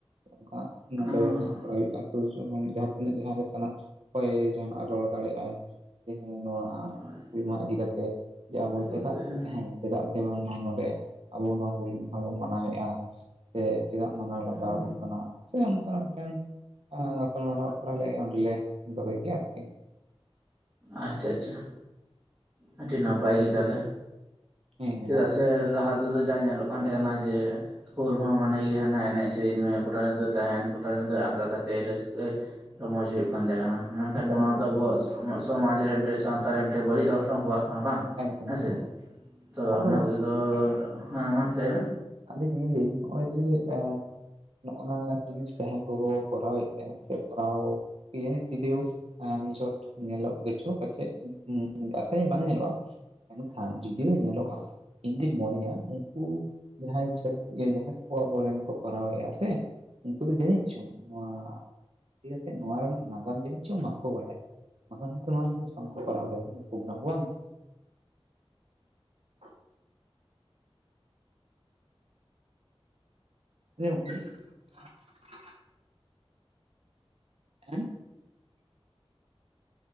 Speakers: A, on the right; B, on the right.
A: ᱚᱱᱠᱟ ᱱᱚᱰᱮ
B: ᱦᱚᱸ
A: ᱠᱚᱨᱟᱣ ᱦᱩᱭᱩᱜᱼᱟ ᱛᱚ <unintelligible> ᱡᱟᱦᱟᱸ ᱛᱤᱱᱟᱹᱜ ᱡᱟᱦᱟᱸ ᱞᱮ ᱥᱮᱱᱚᱜ ᱚᱠᱚᱭ ᱡᱟᱦᱟᱱᱟᱜ ᱮ ᱨᱚᱲ ᱫᱟᱲᱮᱜ ᱟᱭ᱾ ᱡᱮᱸ ᱱᱚᱣᱟ
B: ᱦᱚᱸ
A: ᱦᱩᱞᱢᱟᱦᱟ ᱤᱫᱤ ᱠᱟᱛᱮᱫ ᱡᱮ ᱟᱵᱚ
B: ᱤᱫᱤ
A: ᱪᱮᱫᱟᱜ
B: ᱠᱟᱛᱮ ᱦᱮᱸ
A: ᱮ ᱪᱮᱫᱟᱜ ᱥᱮ ᱵᱟᱝᱢᱟ ᱱᱚᱰᱮ ᱟᱵᱚ ᱱᱚᱣᱟ ᱦᱩᱞ ᱢᱟᱦᱟ ᱵᱚᱱ ᱢᱟᱱᱟᱣᱮᱫᱼᱟ ᱥᱮ ᱪᱮᱫᱟᱜ ᱢᱟᱱᱟᱣ
B: ᱦᱩᱸ
A: ᱞᱟᱜᱟᱣ ᱟᱵᱚᱱ ᱠᱟᱱᱟ ᱥᱮ ᱚᱱᱠᱟᱱᱟᱜ ᱢᱤᱫᱴᱟᱝ ᱜᱟᱯᱟᱞᱢᱟᱨᱟᱣ ᱟᱠᱷᱲᱟ ᱞᱮ ᱚᱸᱰᱮᱞᱮ ᱫᱚᱦᱚᱭ ᱜᱮᱭᱟ ᱟᱨᱠᱤ
B: ᱟᱪᱪᱷᱟ ᱟᱪᱪᱷᱟ ᱟᱹᱰᱤ ᱱᱟᱯᱟᱭ ᱜᱮ ᱛᱟᱦᱞᱮ
A: ᱦᱮᱸ
B: ᱪᱮᱫᱟᱜ ᱥᱮ ᱞᱟᱦᱟ ᱛᱮᱫᱚ ᱡᱟ ᱧᱮᱞᱚᱜ ᱠᱟᱱ ᱛᱟᱦᱮᱸ ᱠᱟᱱᱟ ᱡᱮ ᱦᱩᱞ ᱢᱟ ᱢᱟᱱᱮ ᱜᱮ ᱦᱟᱱᱟ ᱮᱱᱮᱡ ᱥᱮᱨᱮᱧ ᱢᱮ ᱜᱚᱴᱟ ᱧᱤᱫᱟᱹ ᱛᱟᱦᱮᱱ ᱜᱚᱴᱟ ᱧᱤᱫᱟᱹ ᱟᱸᱠᱟ ᱠᱟᱛᱮ ᱨᱟᱹᱥᱠᱟᱹ ᱨᱚᱢᱚᱡᱽ ᱦᱩᱭᱩᱜ ᱠᱟᱱ ᱛᱟᱦᱮᱸ ᱠᱟᱱᱟ ᱢᱮᱱᱠᱷᱟᱱ
A: ᱮᱠᱟᱞ
B: ᱱᱚᱣᱟ
A: ᱮᱠᱟᱞ
B: ᱫᱚ ᱟᱵᱚᱣᱟᱜ ᱥᱚᱢᱟᱡᱽ ᱨᱮ ᱢᱤᱫᱴᱮᱱ ᱥᱟᱶᱛᱟ ᱨᱮ ᱢᱤᱫᱴᱮᱱ ᱵᱟᱹᱲᱤᱡ ᱚᱨᱥᱚᱝ ᱞᱟᱨᱟᱜ ᱠᱟᱱᱟ ᱵᱟᱝ
A: <unintelligible>
B: ᱦᱮᱸᱥᱮ ᱛᱚ
A: ᱟᱫᱚ
B: ᱚᱱᱟ ᱠᱚᱫᱚ ᱦᱮᱸ ᱢᱟ ᱞᱟᱹᱭ ᱢᱮ
A: ᱟᱫᱚ ᱱᱮᱧ ᱤᱧ ᱱᱚᱼᱚᱭ ᱡᱮ ᱟ ᱱᱚᱜ ᱚᱱᱟ ᱡᱤᱱᱤᱥ ᱡᱟᱦᱟᱸᱭ ᱠᱚᱠᱚ ᱠᱚᱨᱟᱣᱮᱫ ᱛᱟᱦᱮᱸᱫ ᱥᱮ ᱠᱚᱨᱟᱣ ᱠᱤ ᱡᱟᱱᱤᱡ ᱡᱩᱫᱤ ᱳ <unintelligible> ᱧᱮᱞᱚᱜ ᱠᱤᱪᱷᱩ ᱯᱟᱪᱮᱫ ᱟᱥᱟᱧ ᱵᱟᱝ ᱧᱮᱞᱚᱜᱼᱟ ᱢᱮᱱᱠᱷᱟᱱ ᱡᱩᱫᱤᱭᱳ ᱧᱮᱞᱚᱜᱼᱟ ᱤᱧ ᱫᱩᱧ ᱢᱚᱱᱮᱭᱟ ᱩᱱᱠᱩ ᱡᱟᱦᱟᱸᱭ ᱪᱷᱮ ᱡᱟᱦᱟᱸᱭ ᱠᱚ ᱟᱵᱚᱨᱮᱱ ᱠᱚ ᱠᱚᱨᱟᱣᱮᱫᱼᱟ ᱥᱮ ᱩᱱᱠᱩ ᱫᱚ ᱡᱟᱹᱱᱤᱡ ᱪᱚᱝ ᱱᱚᱣᱟ ᱤᱫᱤ ᱠᱟᱛᱮ ᱱᱚᱣᱟ ᱨᱮᱱᱟᱜ ᱱᱟᱜᱟᱢ ᱡᱟᱹᱱᱤᱡ ᱪᱚᱝ ᱵᱟᱝᱠᱚ ᱵᱟᱲᱟᱭᱟ ᱵᱟᱝᱟᱱ ᱦᱚᱭᱛᱳ ᱱᱚᱣᱟ ᱡᱤᱱᱤᱥ ᱵᱟᱝ ᱠᱚᱨᱟᱣ ᱠᱟᱛᱮ ᱯᱨᱳᱜᱨᱟᱢ ᱠᱚ ᱵᱟᱝ <inaudible> <unintelligible> ᱮᱸ